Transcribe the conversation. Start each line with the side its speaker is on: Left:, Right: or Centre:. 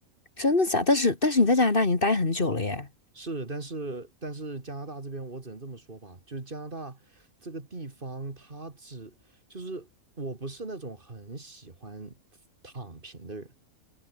Left: 真的假但是但是你在加拿大已经待很久了耶，
Right: 是，但是但是加拿大这边我只能这么说吧，就是加拿大这个地方，他只就是我不是那种很喜欢躺平的人，